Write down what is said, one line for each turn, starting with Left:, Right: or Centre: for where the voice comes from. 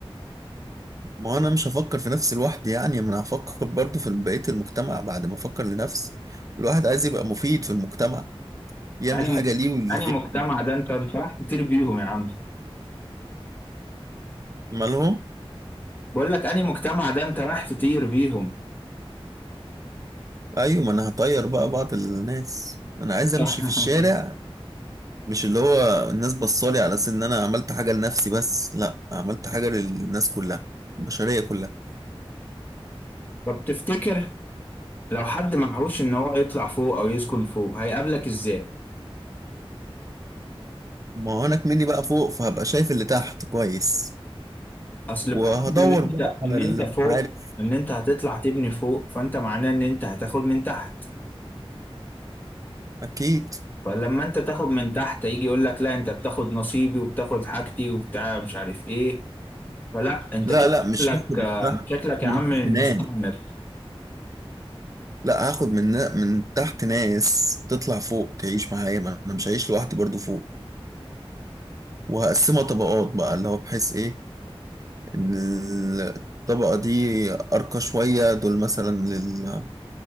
Right: ما هو انا مش هفكر في نفسي لوحدي يعني ما انا هفكر برضو في بقية المجتمع بعد ما افكر لنفسي الواحد عايز يبقى مفيد في المجتمع يعمل
Left: اني
Right: حاجة
Left: مك...
Right: ليه ولغيره
Left: اني مجتمع ده انت انت راح تطير بيهم يا عم
Right: مالهم
Left: بقول لك اني مجتمع ده انت راح تطير بيهم
Right: ايوه ما انا هطير بقى بعض الناس انا عايز امشي
Left: <laughs>
Right: في الشارع مش اللي هو الناس بصالي على اساس ان انا عملت حاجه لنفسي بس لا عملت حاجه للناس كلها البشريه كلها
Left: طب تفتكر لو حد معهوش ان هو يطلع فوق او يسكن فوق هيقابلك ازاي
Right: ما هو انا كمني بقى فوق فهبقى شايف اللي تحت كويس
Left: اصل
Right: وهدور
Left: بحكم ان انت
Right: بقى على
Left: ان
Right: اللي
Left: انت فوق
Right: مش عارف
Left: ان انت هتطلع تبني فوق فانت معناه ان انت هتاخد من تحت
Right: اكيد
Left: فلما انت تاخد من تحت يجي يقول لك لا انت بتاخد نصيبي وبتاخد حاجتي وبتاع مش عارف ايه فلا انت
Right: لا
Left: كده
Right: لا مش
Left: شكلك
Right: هاخد من
Left: آه،
Right: تحت
Left: انت شكلك يا
Right: من
Left: عم
Right: تحت ناس
Left: مستعمر
Right: لا هاخد من من تحت ناس تطلع فوق تعيش معايا ما انا مش هعيش لوحدي برضو فوق وهقسمها طبقات بقى اللي هو بحيث ايه الطبقة دي أرقى شوية دول مثلا لل...